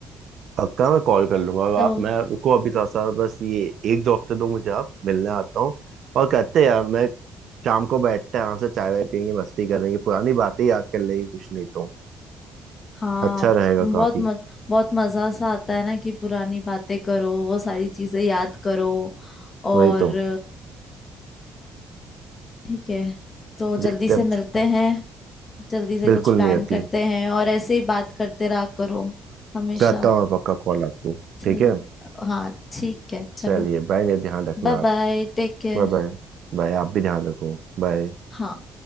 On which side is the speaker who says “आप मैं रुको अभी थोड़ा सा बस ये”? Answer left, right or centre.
Right